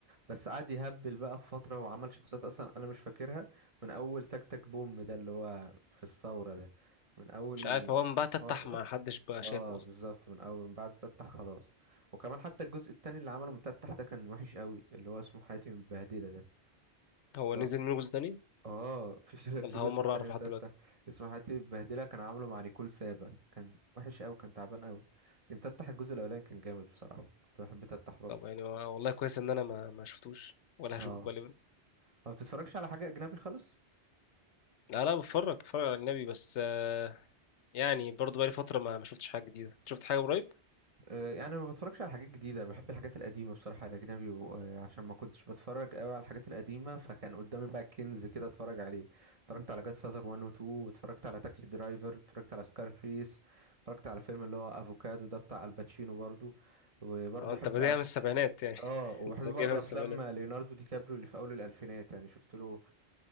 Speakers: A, on the right (about 35°); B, on the left (about 90°).
A: بس قعد يهبل بقى في فترة وعمل شخصيات أصلا أنا مش فاكرها من أول تك تك بوم ده اللي هو في الثورة ده من أول
B: مش عارف هو من بعد تتح
A: الحوار ده
B: ما حدش بقى
A: اه
B: شايفه
A: بالظبط
B: اصلا
A: من أول من بعد تتح خلاص وكمان حتى الجزء التاني اللي عمله من تتح ده كان وحش قوي اللي هو اسمه حياتي متبهدلة ده
B: هو
A: اللي
B: نزل
A: هو-
B: منه جزء تاني
A: اه <laughs> في ش-
B: والله
A: في جزء
B: اول مره
A: تاني
B: اعرف
A: لتتح
B: لحد دلوقتي
A: اسمه حياتي متبهدلة كان عامله مع نيكول سابا كان وحش قوي كان تعبان قوي لكن تتح الجزء الأولاني كان جامد بصراحة كنت بحب تتح برضه
B: طب يعني و- والله كويس ان انا ما ما شفتوش ولا
A: اه
B: هشوفه غالبا
A: ما بتتفرجش على حاجة أجنبي خالص
B: لا لا بتفرج بتفرج على اجنبي بس آه، يعني برضو بقالي فتره ما ما شفتش حاجه جديده شفت حاجه قريب
A: آه، يعني ما بتفرجش على حاجات جديدة انا بحب الحاجات القديمة بصراحة الاجنبي و- آه، عشان ما كنتش بتفرج قوي على الحاجات القديمة فكان قدامي بقى كنز كده اتفرج عليه اتفرجت على جاد فاذر 1 و 2 واتفرجت على تاكسي درايفر اتفرجت على سكارفيس اتفرجت على فيلم اللي هو افوكادو ده بتاع الباتشينو برضو وبرضو
B: اه
A: بحب
B: انت بادئها
A: أف...
B: من السبعينات يعني <laughs>
A: اه وبحب
B: انت جايبها
A: برضو
B: من السبعينات
A: افلام ليوناردو دي كابريو اللي في اول الالفينات يعني شفت له